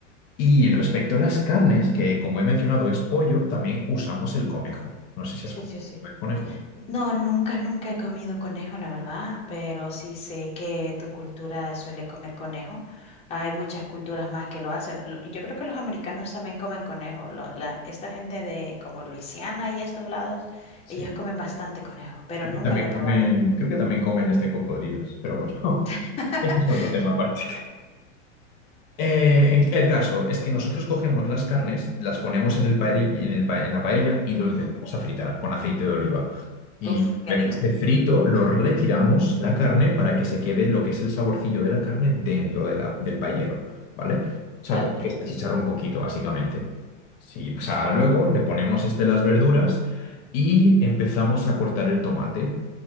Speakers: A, on the left (about 50°); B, on the left (about 15°).
A: Y respecto a las carnes, que como he mencionado es pollo, también usamos el conejo. No sé si
B: Sí,
A: has comido
B: sí, sí.
A: el conejo.
B: No, nunca, nunca he comido conejo, la verdad, pero sí sé que tu cultura suele comer conejo. Hay muchas culturas más que lo hacen. Lo- Yo creo que los americanos también comen conejo. Lo- la- esta gente de como Luisiana y estos lados,
A: Sí.
B: ellos comen bastante conejo, pero
A: Creo
B: nunca
A: que también
B: lo he
A: comen,
B: probado.
A: creo que también comen este cocodrilos, pero bueno,
B: <laughs>
A: <laughs> este es otro tema aparte. Eh, en- el caso es que nosotros cogemos las carnes, las ponemos en el paeri- en el pa- en la paella y lo empezamos
B: Ujú.
A: a fritar con aceite de oliva. Y
B: Uf, qué
A: una
B: rico.
A: vez esté frito, lo retiramos la carne para que se quede lo que es el saborcillo de la carne dentro de la- del paellero, ¿vale? O sea,
B: Vale.
A: como que se achicharra un poquito, básicamente. Sí, o sea, luego le ponemos este, las verduras y empezamos a cortar el tomate.